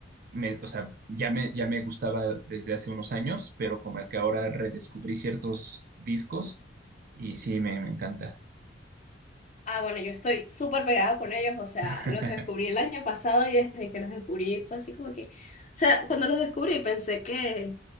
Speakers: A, on the right; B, on the left.
A: Me- o sea, ya me, ya me gustaba desde hace unos años, pero como que ahora redescubrí ciertos discos y sí, me, me encanta.
B: Ah, bueno, yo estoy súper pegada con ellos, o sea,
A: <laughs>
B: los descubrí el año pasado y desde que los descubrí fue así como que, o sea, cuando los descubrí pensé que,